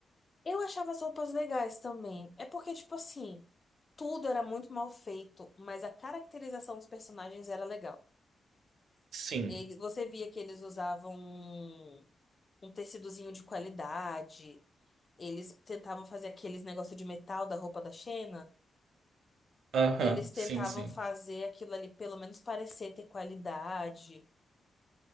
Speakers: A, on the left; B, on the right.
A: Eu achava as roupas legais também. É porque, tipo assim, tudo era muito mal feito, mas a caracterização dos personagens era legal.
B: Sim.
A: Ele, você via que eles usavam um, um tecidozinho de qualidade. Eles tentavam fazer aqueles negócio de metal da roupa da Xena.
B: Aham,
A: Eles tentavam
B: sim, sim.
A: fazer aquilo ali, pelo menos parecer ter qualidade.